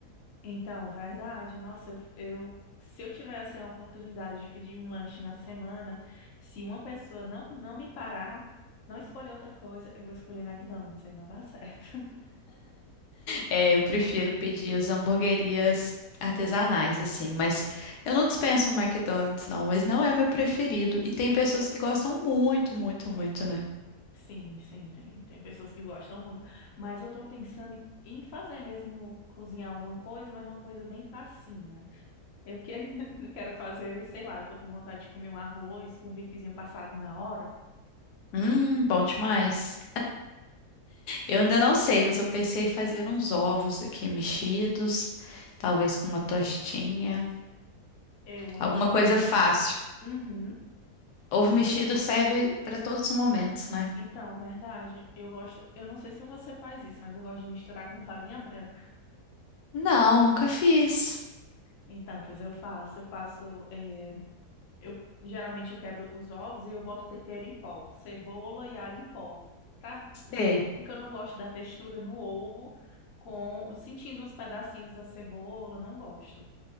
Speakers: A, on the left; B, on the left.
A: Então, verdade. Nossa, eu, eu- se eu tivesse a oportunidade de pedir um lanche na semana, se uma pessoa não, não me parar, não escolher outra coisa, eu vou escolher McDonald's, aí não dá certo.
B: É, eu prefiro pedir as hamburguerias artesanais, assim, mas eu não dispenso o McDonald's, não, mas não é meu preferido. E tem pessoas que gostam muito, muito, muito, né?
A: <laughs> Sim, sim, tem, tem pessoas que gostam muito. Mas eu tô pensando em, em fazer mesmo, cozinhar alguma coisa, mas uma coisa bem facinha. Eu que, <laughs> quero fazer, sei lá, eu tô com vontade de comer um arroz com um bifezinho passado na hora.
B: Hum, bom demais. Eu ainda não sei, mas eu pensei em fazer uns ovos aqui mexidos, talvez com uma tostinha,
A: Eu amo
B: alguma
A: ovo
B: coisa
A: mexido.
B: fácil.
A: Uhum.
B: Ovo mexido serve para todos os momentos, né?
A: Então, verdade, eu gosto, eu não sei se você faz isso, mas eu gosto de misturar com farinha branca.
B: Não, nunca fiz.
A: Então, pois eu faço, eu faço, eh, eu geralmente eu quebro os ovos e eu boto tempero em pó, cebola e alho em pó, pra, não,
B: Sei.
A: f- porque eu não gosto da textura no ovo, com sentindo os pedacinhos da cebola, não gosto.